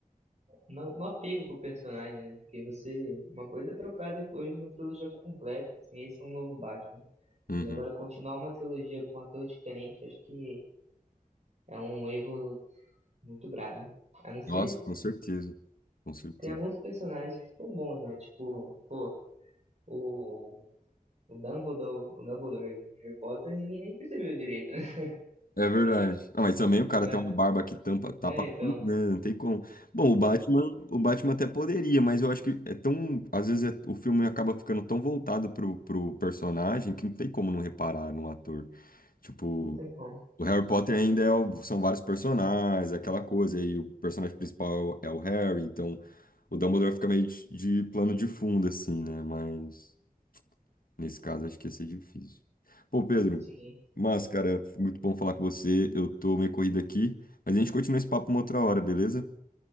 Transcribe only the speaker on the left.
Uhum.
Nossa, com certeza. Com certeza.
É verdade. Ah, mas também o
cara
tem uma barba que tampa, tapa
tudo, né? Não tem como. Bom, o Batman, o Batman até poderia, mas eu acho que é tão. Às vezes é- o filme acaba ficando tão voltado pro, pro personagem que não tem como não reparar no ator. Tipo,
o Harry Potter ainda é o- são vários personagens, aquela coisa, e o personagem principal é o Harry, então o Dumbledore fica meio de, de plano de fundo, assim, né? Mas. Nesse caso, acho que ia ser difícil. Pô, Pedro,
mas, cara, foi muito bom falar com você. Eu tô meio corrido aqui, mas a gente continua esse papo uma outra hora, beleza?